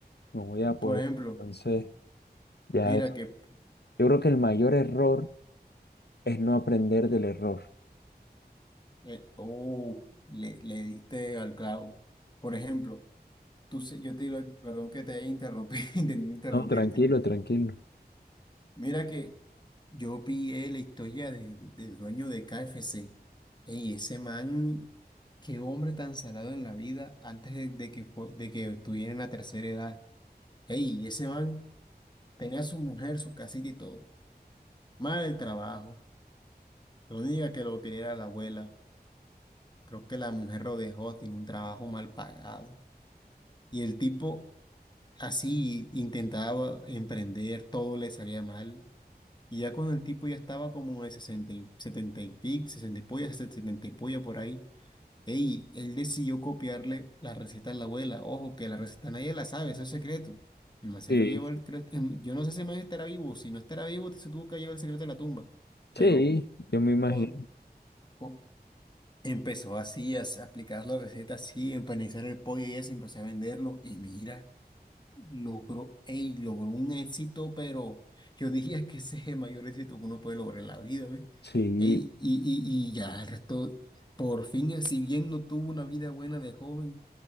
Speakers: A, on the left (about 80°); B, on the left (about 25°).
A: No voy a poder.
B: Por ejemplo,
A: Entonces, ya
B: mira
A: es.
B: que,
A: Yo creo que el mayor error es no aprender del error.
B: eh, oh, le, le diste al clavo. Por ejemplo, tú, se- yo te digo, perdón que te haya interrumpido, <laughs> intenté interrumpirte.
A: No, tranquilo, tranquilo.
B: Mira que yo pillé la historia de- de- del dueño de KFC. Ey, ese man, qué hombre tan salado en la vida antes de, de que, fue- de que estuviera en la tercera edad. Ey, ese man tenía a su mujer, su casita y todo. Mal el trabajo. Lo única que lo quería era la abuela. Creo que la mujer lo dejó, tiene un trabajo mal pagado. Y el tipo así intentaba emprender, todo le salía mal. Y ya cuando el tipo ya estaba como de 60 y 70 y pico, 60 y polla, 70 y polla por ahí, ey, él decidió copiarle la receta a la abuela. Ojo, que la receta nadie la sabe, eso es secreto. El man se
A: Sí,
B: lo llevó el
A: sí.
B: cre- <laughs> em, Yo no sé si el man estará vivo, si no estará vivo, se tuvo que llevar el secreto de la tumba. Pero
A: Sí, yo me imagino.
B: con, con- empezó así a, s- aplicar la receta, así, empanizar el pollo y eso, empezó a venderlo. Y mira. Logró, ey, logró un éxito, pero yo <laughs> diría que ese es el mayor éxito que uno puede lograr en la vida, ¿ves?
A: Sí,
B: Ey, y, y, y ya el resto, por fin, eh, si bien no tuvo una vida buena de joven,